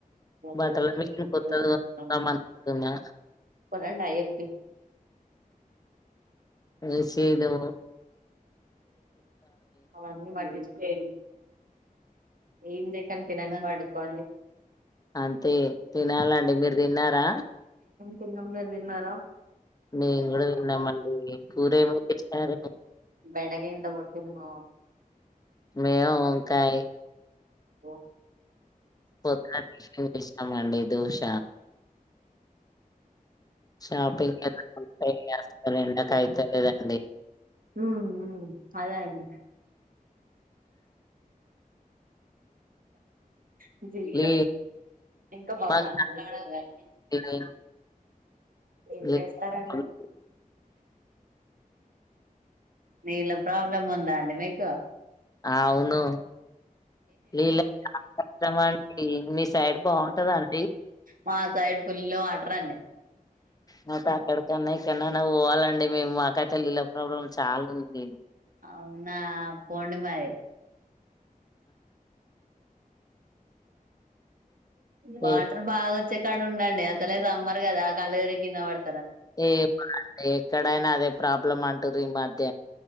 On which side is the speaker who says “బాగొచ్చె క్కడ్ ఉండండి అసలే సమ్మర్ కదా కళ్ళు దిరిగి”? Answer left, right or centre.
Right